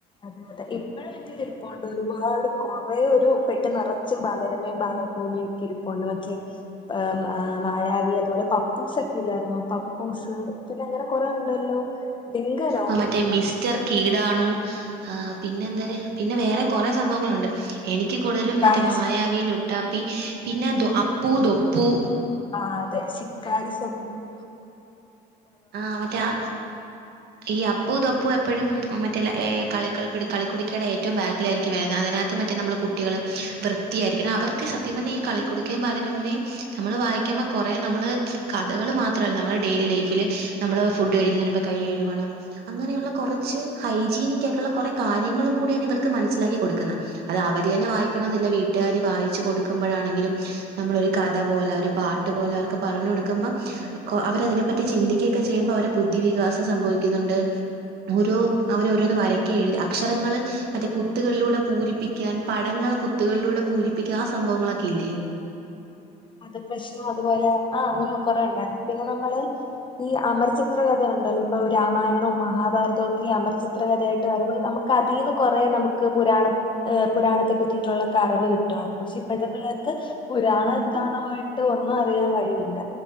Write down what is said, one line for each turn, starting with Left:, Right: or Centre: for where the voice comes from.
Left: അതെ അതെ ഇപ്പഴും ഇരുപ്പുണ്ട് ഒരുപാട് കൊറേ ഒരു പെട്ടി നെറച്ചും ബാലരമയും ബാലഭൂമിയും ഒക്കെ ഇരിപ്പുണ്ട് മറ്റേ ഏഹ് മ് മായാവി അതുപോലെ പപ്പൂസൊക്കെ ഇല്ലായിരുന്നോ പപ്പൂസ് പിന്നങ്ങനെ കൊറേ ഉണ്ടല്ലോ ഡിങ്കനോ
Right: ആഹ് മറ്റേ മിസ്റ്റർ കീടാണു ആഹ് പിന്നെന്തെര് പിന്നെ വേറെ കൊറെ സംഭവങ്ങളുണ്ട് എനിക്ക് കൂടുതലും
Left: കാരി
Right: മറ്റേ മായാവി
Left: ശം
Right: ലു ട്ടാപ്പി പിന്നെ ദൊ അപ്പൂ ദൊപ്പൂ
Left: ആഹ് അതെ ശിക്കാരി ശംഭൂ
Right: ആഹ് മറ്റേ ആ ഈ അപ്പു ദൊപ്പു എപ്പഴും മറ്റെ ലെ ഏഹ് കളിക്കൾ കുടി കളിക്കുടിക്കേടെ ഏറ്റവും ബാ ക്കിലായിരിക്കും വരണെ അതിനകത്ത് മറ്റേ നമ്മള് കുട്ടികള് വൃത്തിയായിരിക്കണം അവർക്ക് സത്യം പറഞ്ഞെ ഈ കളിക്കുടുക്കേം ബാലരമയും നമ്മള് വായിക്കുമ്പ കൊറെ നമ്മള് കഥകള് മാത്രല്ല നമ്മളെ ഡെയിലി ലൈഫില് നമ്മള് ഫുഡ് കഴിക്കുന്നേന് മുമ്പേ കൈ കഴുവണം അങ്ങനെയുള്ള കൊറച്ച് ഹൈജീനിക് ആയിട്ടുള്ള കൊറെ കാര്യങ്ങളും കൂടിയാണ് ഇവർക്ക് മനസ്സിലാക്കി കൊടുക്കുന്നെ അത് അവരെന്നെ വായിക്കണോന്നില്ല വീട്ടാര് വായിച്ചു കൊടുക്കുമ്പഴാണെങ്കിലും നമ്മളൊരു കഥ പോലെ ഒരു പാട്ട് പോലെ അവർക്ക് പറഞ്ഞു കൊടുക്കുമ്പം കൊ അവരതിനെപ്പറ്റി ചിന്തി ക്കേക്ക ചെയ്യുമ്പ അവരെ ബുദ്ധി വികാസം സംഭവിക്കുന്നുണ്ട് ഓരോ അവര് ഓരോന്ന് വരയ്ക്കേം എഴ് അക്ഷരങ്ങള് അതെ കുത്തുകളിലൂടെ പൂരിപ്പിക്കാൻ പടങ്ങൾ കുത്തുകളിലൂടെ പൂരിപ്പിക്കാ ആ സംഭവങ്ങളൊക്കെ ഇല്ലേ
Left: പദപ്രശ്നം അതുപോലെ ആഹ് അങ്ങനെ കൊറേണ്ടായിരുന്ന് പിന്നെ നമ്മള് ഈ അമർച്ചിത്ര കഥയൊണ്ടല്ലോ ഇപ്പൊ ഒരു രാമായണോം മഹാഭാരതോം ഒക്കെയീ അമർചിത്ര കഥയായിട്ട് വരുമ്പോ നമു ക്കതീന്ന് കൊറേ നമുക്ക് പുരാണ ഏഹ് പുരാണത്തെ പറ്റിയിട്ടുള്ളക്കറിവ് കിട്ടുവാർന്നു പക്ഷെ ഇപ്പഴത്തെ പിള്ളേർക്ക് പുരാണം എന്താന്ന് പോയിട്ട് ഒന്നും അറിയാൻ വഴിയില്ല